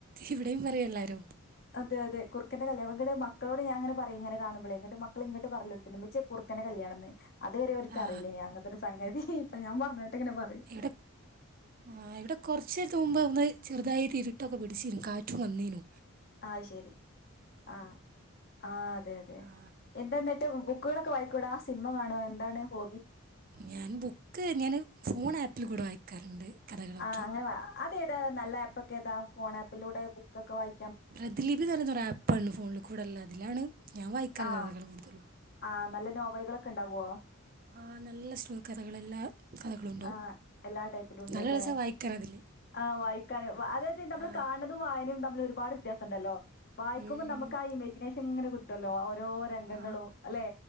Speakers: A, on the right (about 40°); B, on the left (about 45°).
A: ഇവിടേം പറയും എല്ലാരും
B: അതെ അതെ കുറുക്കൻ്റെ കല്യാണം ങ്ങട് മക്കളോട് ഞാങ്ങനെ പറീം ഇങ്ങനെ കാണുമ്പയ് പറയലോട്ത്തി മ്മചിയെ കുറുക്കൻ്റെ കല്യാണം ന്ന് അതുവരെ ഓർക്ക്
A: ആ
B: അറിലേനി അങ്ങനത്തെ ഒരു സംഗതി പോ ഞാൻ പറഞ്ഞേ കേട്ട് ട്ട് ങ്ങനെ പറിം
A: ഇവിടെ ആ ഇവിടെ കുറച്ച് നേരത്തെ മുമ്പ് ഒന്ന് ചെറ്തായിട് ഇരുട്ടൊക്കെ പിടിച്ച് കാറ്റും വന്നിനു
B: ആശരി ആ ആ അതെ അതെ
A: ആ
B: എന്താന്നട്ട് ബൂ ക്ക്കൾ ഒക്കെ വായിക്കോടാ സിനിമ കാണോ എന്താണ് ഹോ
A: ഞാൻ ബുക്ക്ങ്ങനെ ഫോൺ ആപ്പില്കൂടെ വായിക്കാറുണ്ട് കഥകളൊക്കെ
B: ആഹ അങ്ങനെ വാ അതെ അത നല്ല ആപ്പ ഒക്കെ താ ഫോൺ ആപ്പിലൂടെ ബുക്കൊക്കെ വായി
A: പ്രദലീപി എന്ന് പറയുന്നൊ ആപ്പ്ാണ് ഫോണിൽ കൂടെല്ല അതിലാണ് എഞവ ഇക്കറ
B: ആഹ്
A: കത ഇടെ കുടുതൽ
B: ആഹ് നല്ല നോവല്കളൊക്കെണ്ടാവോ
A: ആ നല്ല സ്റ്റോ കഥകളെല്ലാ കഥകളും ഉണ്ടാവും
B: ആഹ് എല്ലാ ടൈപ്പിലുണ്ട്ല്ലേ
A: നല്ല രസം വായിക്കാൻ അതിൽ
B: ആ വായിക്കാന് വാ അതായത് നമ്മള്
A: ആ
B: കാൺണതും വായനയും തമ്മില് ഒരുപാട് വ്യത്യാസണ്ടല്ലോ വായിക്കുമ്പം
A: ഉം,
B: നമ്മക്കാ ആ ഇമേജിനേഷങ്ങനെ കി ട്ടല്ലൊ ഓ രോ രംഗങ്ങളു
A: ആ
B: അല്ലെ